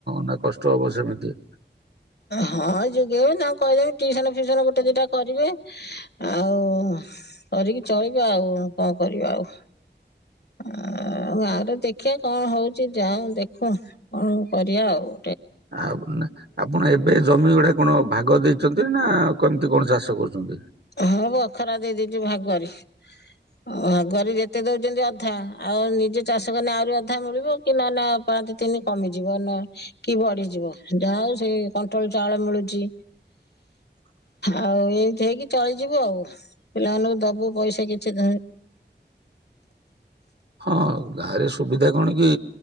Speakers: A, on the right; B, on the left.
A: ନା କଷ୍ଟ ହବ ସେମିତି!
B: ହଁ ଯଗେଇବ ତାଙ୍କୁ କହିଦେବି ଟଟିସନ ଫିୁସନ ଗୋଟେ ଦିଟା କରିବେ। ଆଉ କରିକି ଚଳିବା ଆଉ। କଣ କରିବା ଆଉ? ଅଁ, ଆଉ ଗାଁରେ ଦେଖିଆ କଣ ହଉଛି ଯାଅ ଦେଖ କଣ କରିଆ ଆଉ।
A: ଆ ଭୁନା ଆପଣ ଏ ଏବେ ଜମି ଗୁଡା କଣ ଭାଗ ଦେଇଛନ୍ତି ନା କମିତି କଣ ଚାଷ କରୁଛନ୍ତି?
B: ହଁ ବଖରା ଦେଇ ଦେଇଚୁ ଭାଗରେ। ଅଁ ଭାଗରେ ଯେତେ ଦଉଛନ୍ତି ଅଧା ଆଉ ନିଜେ ଚାଷ କନେ ଆହୁରି ଅଧା ମିଳିବ କି ନନେ ଆ ପାଞ୍ଚ ତିନି କମିଯିବ ନା କି ବଢିଯିବ ଯାହା ହଉ ସେଇ କଣ୍ଟ୍ରୋଲ ଚାଉଳ ମିଳୁଛି।
A: <inaudible>
B: ଆଉ ଏଇଠି ହେଇକି ଚଳିଯିବୁ ଆଉ ପିଲାମାନଙ୍କୁ ଦବୁ ପଇସା କିଛି
A: ହଁ ଗାଁରେ ସୁବିଧା କଣ କି